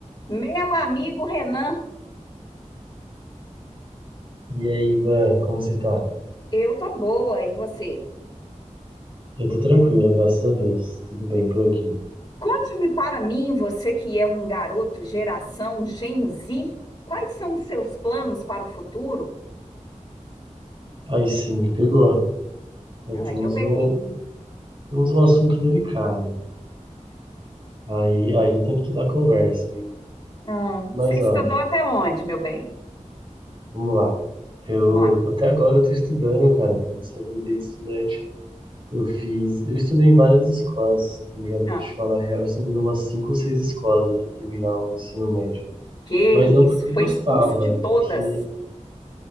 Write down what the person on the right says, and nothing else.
E aí, Ivan, como você tá?
Eu tô tranquilo, graças a Deus. Tudo bem por aqui.
Aí sim, me pegou. Aí
temos
um, temos um assunto delicado. Aí, aí tem que dar conversa aí.
Mas
ó,
vamos lá. Eu
até agora eu tô estudando, cara, tô nessa vida aí de estudante. Eu fiz, eu estudei em várias escolas, tá ligado?
Pra te falar a real, eu estudei em umas cinco ou seis escolas até terminar o ensino médio.
Mas não
porque eu
gostava,
é porque